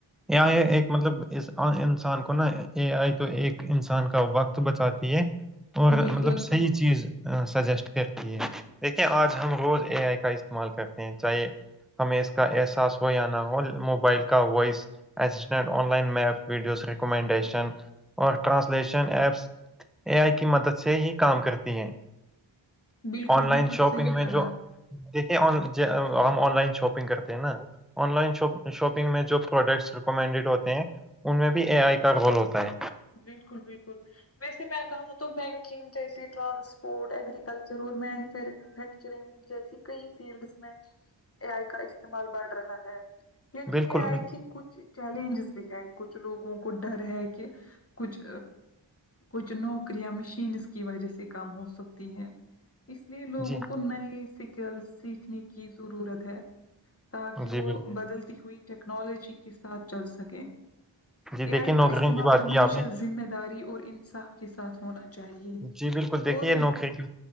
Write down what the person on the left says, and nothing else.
بالکل
بالکل
بالکل
صحیح
کہا
بالکل بالکل ویسے میں کہا تو بینکنگ جیسے ٹرانسپورٹ ایگرییکلچر میں فھر مفیکچرنگ جیسی کئی فیلڈس میں اے آئی کا استعمال بڑھ رہا ہے لیکن
یہ آئے کہ کچھ چیلنجز بھی ہے کچھ لوگوں کو ڈر ہے کہ کچھ کچھ نوکریاں مشینس کی وجہ سے کام ہو سکتی ہیں اس لیے لوگوں
کو نئے سکل سیکھنے کی ضرورت ہے تاکہ
وہ
بدلتی ہوئی ٹیکنالوجی کے ساتھ چل سکیں
اے
آئی
کا استعمال
ہمیشہ
ذمہ داری اور انصاف کے ساتھ ہونا چاہیے
اور